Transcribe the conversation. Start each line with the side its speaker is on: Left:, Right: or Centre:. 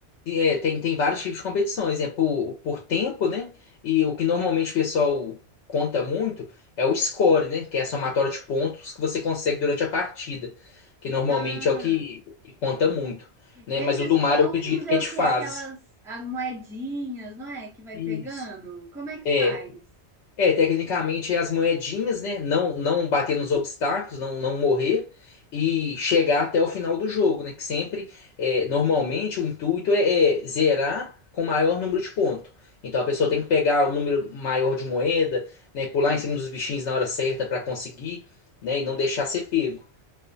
Left: É, tem, tem vários tipos de competições, né? Por, por tempo, né? E o que normalmente o pessoal conta muito é o score, né? Que é a somatória de pontos que você consegue durante a partida, que normalmente
Centre: Ah,
Left: é o que, que conta muito, né?
Centre: Esses
Left: Mas o do
Centre: pontos
Left: Mario eu acredito
Centre: é
Left: que é de
Centre: o que?
Left: fase.
Centre: Aquelas as moedinhas, não é? Que vai
Left: Isso.
Centre: pegando? Como é que
Left: É,
Centre: faz?
Left: É, tecnicamente é as moedinhas, né? Não, não bater nos obstáculos, não, não morrer e chegar até o final do jogo, né? Que sempre, é, normalmente, o intuito é, é zerar com o maior número de pontos. Então a pessoa tem que pegar o número maior de moeda, né? Pular em cima dos bichinhos na hora certa para conseguir, né? E não deixar ser pego.